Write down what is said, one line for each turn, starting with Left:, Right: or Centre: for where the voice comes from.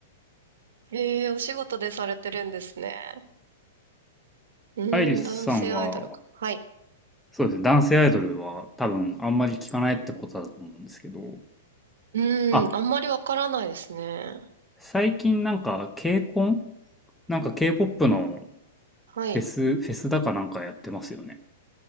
Right: ええお仕事でされてるんですね。うーん、
Centre: アイリスさんは、
Right: 男性アイドルか。はい。
Centre: そうですね、男性アイドルは多分あんまり聞かないってことだと思うんですけど、
Right: うーん、
Centre: あ、
Right: あんまりわからないですね。
Centre: 最近なんか K-CON? なんか K-POP の
Right: はい。
Centre: フェス、フェスだかなんかやってますよね。